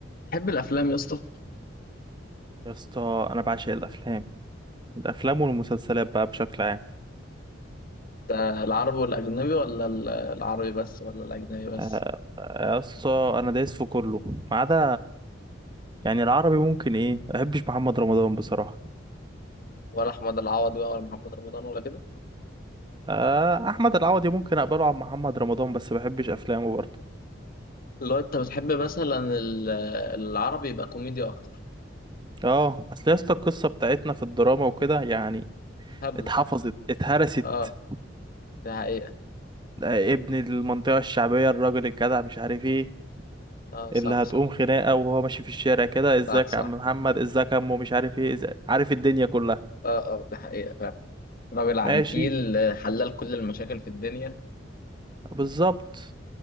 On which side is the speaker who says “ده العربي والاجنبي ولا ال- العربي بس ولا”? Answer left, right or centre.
Left